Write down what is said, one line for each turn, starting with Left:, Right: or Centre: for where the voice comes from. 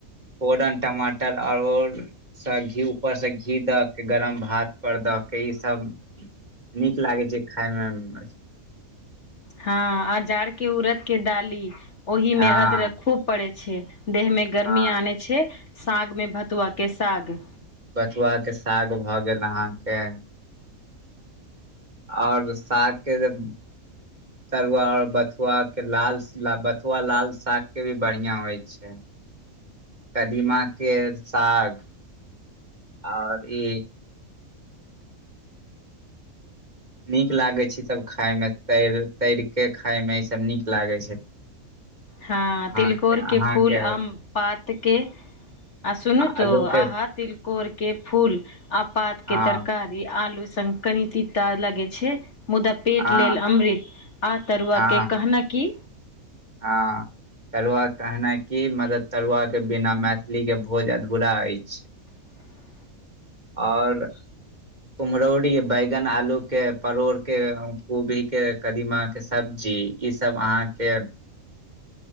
Right: ओरन टमाटर आओर से घी ऊपरसँ घी दऽ के गरम भात पर दऽ के ईसभ नीक लागै छै खाायमे
Left: हँ आ जाड़ के उरद के डाली ओहि में
Right: हँ
Left: अदरक खूब पड़े छै देह मे गर्मी
Right: हँ
Left: आने छै साग मे भतुआ के साग
Right: बथुआके साग भए गेल अहाँके आओर साग के जे तरुआ और बथुआ के लाल बथुआ लाल साग के भी बढ़िया होय छै छैा कदीमा के साग आओर ई नीक लागे छै सब खााय मे तर तर के खाय में इ सब नीक लागे छै
Left: हँ
Right: अहाँके
Left: तिलकोरके
Right: अहाँके
Left: फूल आम पातके आ सुनू तो
Right: आलू के
Left: आहा तिलकोर के फूल आ पातके
Right: हँ
Left: तरकारी ई आलू स कनि तीता लगे छै मुदा पेट
Right: हँ
Left: लेल अमृत आ तरुआके
Right: हँ
Left: कहना की
Right: हँ तरुआ कहनाइ की मतलब तरुआ के बिना मैथिली के भोज अधूरा अछि
Left: <inaudible>
Right: आओर कुम्हरौरी बैगन आलू के परोड़ के कोभी के कदीमाके सब्जी ईसभ अहाँके